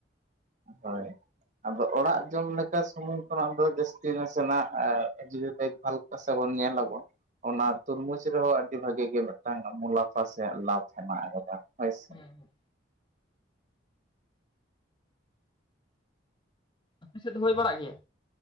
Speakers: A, on the right; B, on the left.
A: ᱦᱳᱭ ᱟᱫᱚ ᱚᱲᱟᱜ ᱡᱚᱢ ᱞᱮᱠᱟ ᱥᱩᱢᱩᱝ ᱠᱷᱚᱱᱟᱜ ᱫᱚ ᱡᱟᱹᱥᱛᱤ ᱱᱟᱥᱮ ᱱᱟᱜ ᱫᱮᱠᱷ ᱵᱷᱟᱞ ᱱᱟᱥᱮ ᱵᱩᱱ ᱧᱮᱞ ᱟᱵᱳ ᱚᱱᱟ ᱛᱩᱨᱢᱩᱡᱽ ᱨᱮᱦᱚᱸ ᱟᱹᱰᱤ ᱵᱷᱟᱜᱤ ᱜᱮ ᱢᱤᱫᱴᱟᱝ ᱢᱩᱞᱟᱯᱷᱟ ᱥᱮ ᱞᱟᱵᱷ ᱦᱮᱱᱟᱜ ᱟᱠᱟᱫᱟ ᱦᱳᱭᱥᱮ?
B: ᱦᱮᱸ ᱦᱮᱸ ᱟ ᱥᱮᱫ ᱫᱚ ᱦᱩᱭ ᱵᱟᱲᱟᱜ ᱜᱮᱭᱟ